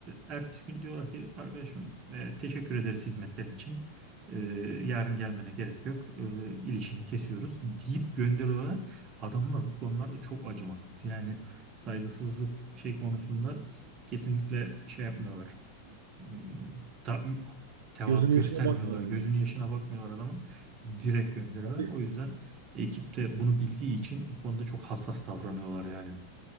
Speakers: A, on the right (about 30°); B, on the right (about 60°).
A: ertesi gün diyorlar ki arkadaşım e, teşekkür ederiz hizmetlerin için. E, yarın gelmene gerek yok. E, ilişini kesiyoruz deyip gönderiyorlar. Adamlar bu konularda çok acımasız. Yani saygısızlık şey konusunda kesinlikle şey yapmıyorlar. Hmm, Ta, tevazu
B: gözünün
A: göstermiyorlar.
B: yaşına bakmıyorlar
A: Gözünün
B: yani.
A: yaşına bakmıyorlar adamın. Direkt gönderiyorlar.
B: Abi,
A: O yüzden ekipte bunu bildiği için bu konuda çok hassas davranıyorlar yani.